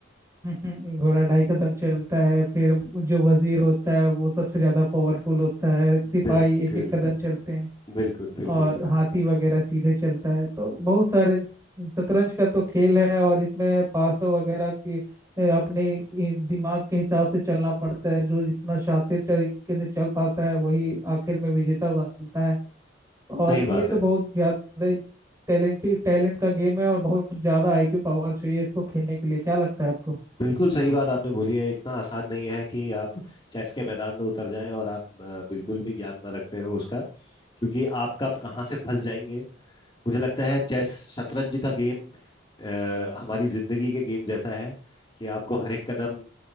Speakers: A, on the right; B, on the left.
A: हम्म, घोड़ा ढाई कदम चलता है फिर जो वजीर होता है वो सबसे ज्यादा पावरफुल होता है सिपाही
B: बिल्कुल
A: एक एक कदम चलते हैं
B: बिल्कुल बिल्कुल
A: और
B: बिल्कुल
A: हाथी वगैरह सीधे चलता है तो बहुत सारे शतरंज का तो खेल है और इसमें पासों वगैरह की अ, अपने ये दिमाग के हिसाब से चलना पड़ता है जो जितना शातिर तरीके से चल पाता है वही आखिर में विजेता बनता है और
B: सही बात
A: ये तो
B: है
A: बहुत ज्यादा ही टैलेंटेड टैलेंट का गेम है और बहुत ज्यादा आईक्यू पावर चाहिए इसको खेलने के लिए क्या लगता है आपको
B: बिल्कुल सही बात आपने बोली है इतना आसान नहीं है कि आप चेस के मैदान में उतर जाएं और आप अ, बिल्कुल भी ज्ञान न रखते हो उसका क्योंकि आप कब कहाँ से फंस जाएंगे मुझे लगता है चेस शतरंज का गेम अ, हमारी जिंदगी के गेम जैसा है कि आपको हर एक कदम